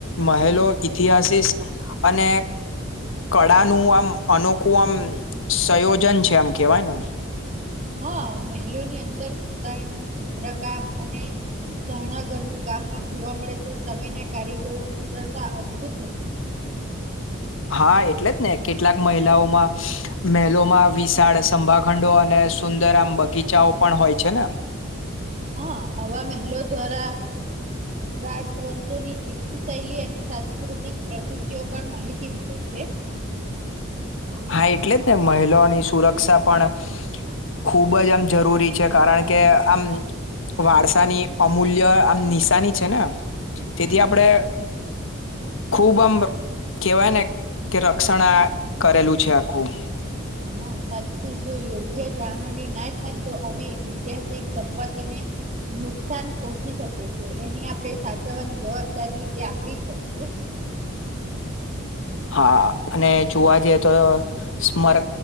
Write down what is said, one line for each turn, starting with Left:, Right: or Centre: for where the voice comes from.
Left: મહેલો ઇતિહાસીસ અને કળાનું આમ અનોખું આમ સંયોજન છે એમ કેવાય ને
Right: હા મહેલોની અંદરતાણી ચિત્રકામ અને શરણાગરનું કામ પણ જોવા મળે છે. સમયના કારીગરો કુશળતા અદભુત
Left: હા એટલે જ ને કેટલાક મહિલાઓમાં મેલોમાં વિશાળ સંભાખંડો અને સુંદર આમ બગીચાઓ પણ હોય છે ને
Right: હા આવા મહેલો દ્વારા રાજવંશોની જીવન શૈલી અને સાંસ્કૃતિક પ્રવૃતિઓ પણ માહિતી મળે છે.
Left: હા એટલે જ ને મહિલાઓની સુરક્ષા પણ ખુબ જ આમ જરૂરી છે કારણ કે આમ વારસાની અમૂલ્ય આમ નિશાની છે ને
Right: હમ
Left: તેથી આપડે
Right: સાચી
Left: ખુબ આમ કેવાય ને કે રક્ષણા કરેલું છે આખું
Right: હા સાચું જો યોગ્ય જાવણી ના થાય તો આવી ઐતિહાસિક સંપત્તિને નુકસાન પહોંચી શકે છે એની આપણે સાચવવાની જવાબદારી તે આપડી જ હોય છે.
Left: હા અને જોવા જઈએ તો સ્મર